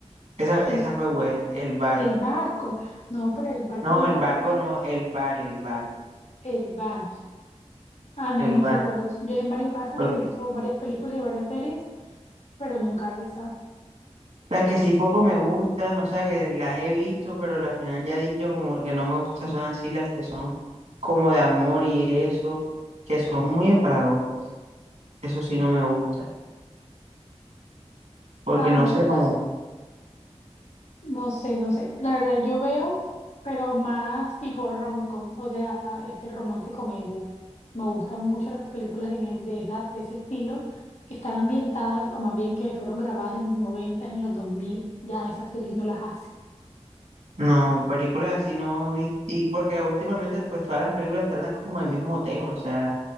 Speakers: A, on the right; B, on the left.
A: Esa, esa
B: El,
A: fue buena, El Bar.
B: el barco, no, pero el barco
A: No,
B: es una
A: El Barco
B: serie.
A: no, El Bar, El Bar,
B: El bar. Ah, no,
A: El
B: no
A: Bar.
B: sé cuál es. Yo en Mario Casas
A: Ok.
B: me he visto varias películas y varias series, pero nunca esa.
A: Las que sí poco me gustan, o sea, que las he visto, pero al final ya he dicho como que no me gustan, son así las que son como de amor y eso, que son muy empalagosas. Eso sí no me gusta, porque
B: Ah,
A: no
B: no,
A: sé cómo,
B: pues no sé, no sé. La verdad, yo veo, pero más tipo rom-com, o sea, este romance comedia. Me gustan mucho las películas en e- de, esa, de ese estilo, que están ambientadas, o más bien que fueron grabadas en los 90, en los 2000, ya esas series no las hace.
A: no, películas así no, y, y porque últimamente pues todas las películas tratan como el mismo tema, o sea,